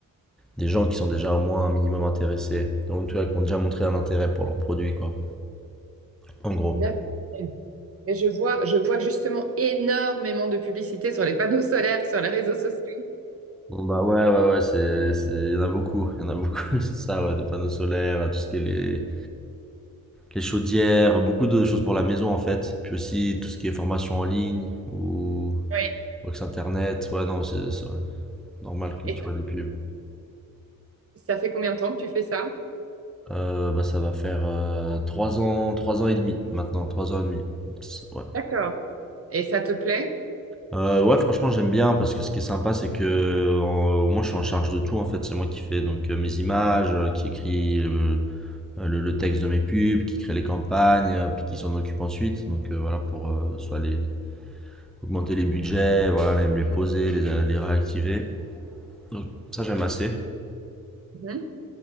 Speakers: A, in the centre; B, on the right.
A: des gens qui sont déjà au moins un minimum intéressés. Donc, tu vois, qui ont déjà montré un intérêt pour leur produit, quoi. En gros.
B: bien Et je vois, je vois justement énormément de publicité sur les panneaux solaires, sur les réseaux sociaux.
A: Bon bah ouais ouais ouais c'est c'est il y en a beaucoup il y en a beaucoup <laughs> c'est ça ouais de panneaux solaires euh, tout ce qui est les les chaudières beaucoup de choses pour la maison en fait puis aussi tout ce qui est formation en ligne ou
B: Oui.
A: box internet ouais non c'est c'est ouais, normal que
B: Et
A: tu vois des pubs
B: ça fait combien de temps que tu fais ça?
A: euh, bah ça va faire euh, trois ans trois ans et demi maintenant trois ans et demi C'est- ouais
B: D'accord. Et ça te plaît?
A: euh, ouais, franchement, j'aime bien parce que ce qui est sympa, c'est que euh, moi, je suis en charge de tout en fait. C'est moi qui fais donc euh, mes images, euh, qui écris, euh, le, le texte de mes pubs, qui crée les campagnes, euh, puis qui s'en occupe ensuite. Donc euh, voilà, pour euh, soit les, augmenter les budgets, voilà, les, les poser, les, euh, les réactiver. Donc ça, j'aime assez.
B: Mhm.